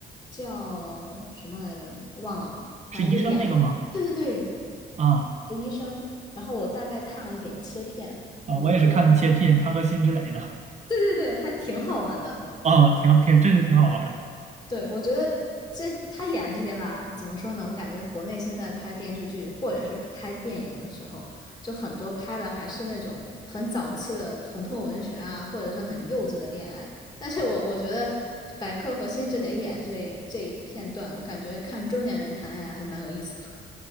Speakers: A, on the left; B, on the right.
A: 叫什么来着？忘了，
B: 是医生那个吗？
A: 反正就演了。对对对，
B: 啊
A: 生，然后我大概看了一点切片，
B: 啊，
A: 我觉得
B: 我也是看的切片，他和辛芷蕾的，
A: 对对对，还挺好玩的。
B: 啊，挺挺真是挺好玩的，
A: 对，我觉得这他演的这些吧，怎么说呢？我感觉国内现在拍电视剧或者是拍电影的时候，就很多拍的还是那种很早期的疼痛文学啊，或者是很幼稚的恋爱。但是我我觉得白客和辛芷蕾演这这一片段，我感觉看中年人谈恋爱还蛮有意思的。